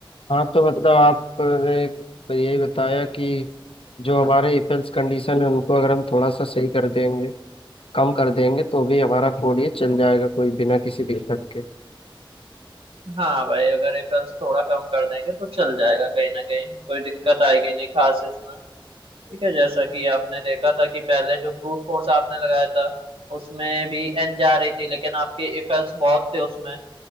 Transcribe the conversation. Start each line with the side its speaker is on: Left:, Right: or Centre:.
Left: हाँ तो मतलब आपने तो यही बताया कि जो हमारे इफेल्स कंडीशन है उनको अगर हम थोड़ा सा सही कर देंगे कम कर देंगे तो भी हमारा कोड ये चल जाएगा कोई बिना किसी दिक्कत के
Right: हाँ भाई अगर रेफरेंस थोड़ा कम कर देंगे तो चल जाएगा कहीं ना कहीं कोई दिक्कत आएगी नहीं खास इसमें ठीक है जैसा कि आपने देखा था कि पहले जो ब्रूट फोर्स आपने लगाया था उसमें भी एन जा रही थी लेकिन आपके इफेल्ट्स बहुत थे उसमें